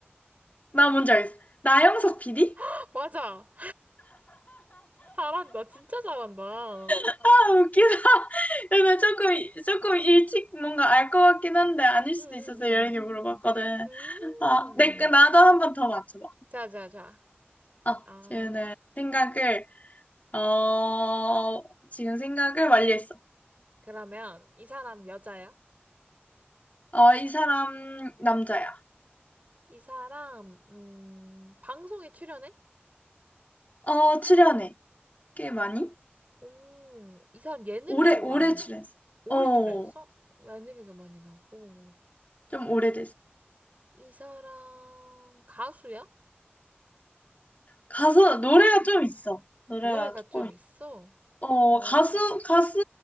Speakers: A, on the left (about 40°); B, on the right (about 40°).
A: 나 뭔지 알겠어. 나영석 PD?
B: <laughs> 맞아. 잘한다. 진짜 잘한다.
A: 아, 웃기다. <laughs> 근데 조금, 조금 일찍 뭔가 알 것 같긴 한데, 아닐 수도
B: 응응응응.
A: 있어서 여러 개 물어봤거든.
B: 음.
A: 아, 내, 거 나도 한 번 더 맞춰봐.
B: 자, 자, 자.
A: 아,
B: 아,
A: 지은의 생각을, 어, 지금 생각을 완료했어.
B: 그러면 이 사람 여자야?
A: 어, 이 사람 남자야.
B: 이 사람 음, 방송에 출연해?
A: 어, 출연해. 꽤 많이?
B: 음, 이 사람 예능에도
A: 오래, 오래
B: 많이 나.
A: 출연했어.
B: 오래
A: 어,
B: 출연했어? 예능에도 많이 나고
A: 좀 오래됐어.
B: 이 사람 가수야?
A: 가수, 노래가 좀 있어. 노래가
B: 노래가
A: 조금
B: 좀
A: 있어.
B: 있어.
A: 어,
B: 어.
A: 가수, 가수